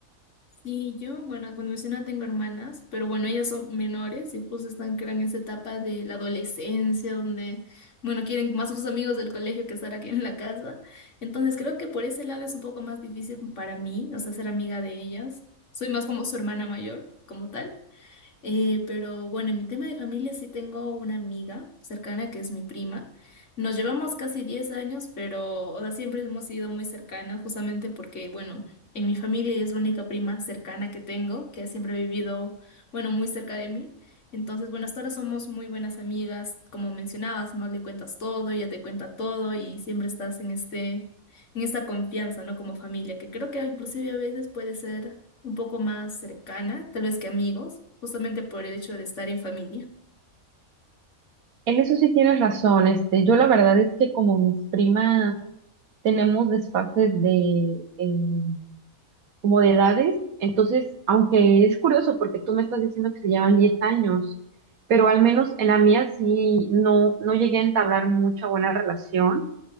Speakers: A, on the left; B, on the right.
A: Sí, yo, bueno, cuando mencioné tengo hermanas, pero bueno, ellas son menores y justo están que eran en esa etapa de la adolescencia, donde, bueno, quieren más a sus amigos del colegio que estar aquí en la casa. Entonces creo que por ese lado es un poco más difícil para mí, o sea, ser amiga de ellas. Soy más como su hermana mayor, como tal. Eh, pero bueno, en mi tema de familia sí tengo una amiga cercana que es mi prima. Nos llevamos casi 10 años, pero o sea, siempre hemos sido muy cercanas, justamente porque, bueno, en mi familia ella es la única prima cercana que tengo, que siempre ha vivido, bueno, muy cerca de mí. Entonces, bueno, hasta ahora somos muy buenas amigas, como mencionabas, no le cuentas todo, ella te cuenta todo y siempre estás en este, en esta confianza, ¿no? Como familia, que creo que inclusive a veces puede ser un poco más cercana, tal vez que amigos, justamente por el hecho de estar en familia.
B: En eso sí tienes razón, este, yo la verdad es que como mis primas tenemos desfases de, eh, como de edades, entonces, aunque es curioso porque tú me estás diciendo que se llevan 10 años, pero al menos en la mía sí no, no llegué a entablar mucha buena relación